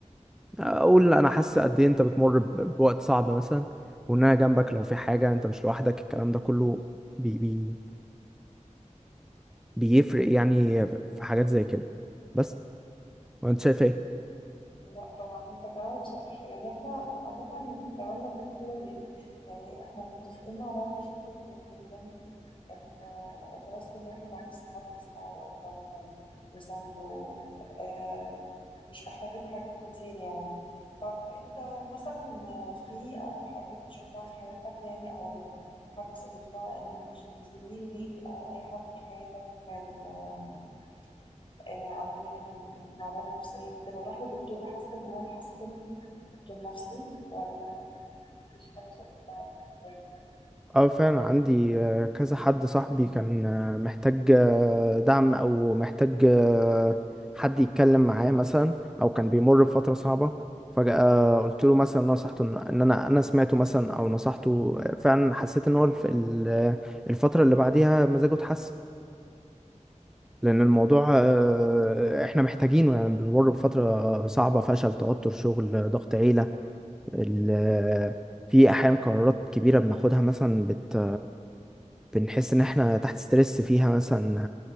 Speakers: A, in the centre; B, on the left.
A: اقول انا حاسس قد ايه انت بتمر ب- بوقت صعب مثلا وان انا جنبك لو في حاجه انت مش لوحدك الكلام ده كله بي بي بيفرق يعني في حاجات زي كده بس وانت شايف ايه
B: لا طبعا انت كلامك صح يعني احنا عامة كلامنا كله بي يعني احنا متفقين مع بعض بشكل كبير جدا ان ان بس الواحد عايز حد يسمعه يقف جنبه يسنده آه، مش محتاجين حاجات كتير يعني طب انت مثلا في حاجات شفتها في حياتك يعني او حاجة صادفتها ان زميل ليك او اي حد في حياتك كان آم، آه، عنده يعني تعبان نفسيا وكده وراح لدكتور وحس ان هو اتحسن دكتور نفسي ولا مفيش حاجة صادفتها زي كده؟
A: اه فعلا عندي آه، كذا حد صاحبي كان آه، محتاج آه، دعم او محتاج آه، حد يتكلم معاه مثلا او كان بيمر بفترة صعبة فجأة قلت له مثلا نصحته ان إن انا انا سمعته مثلا او نصحته آه، فعلا حسيت ان هو الف- ال- آه، الفترة اللي بعديها مزاجه اتحسن لأن الموضوع آه، إحنا محتاجينه يعني بنمر بفترة صعبة فشل توتر شغل ضغط عيلة ال- في أحيانا قرارات كبيرة بناخدها مثلا بت بنحس إن إحنا تحت ستريس فيها مثلا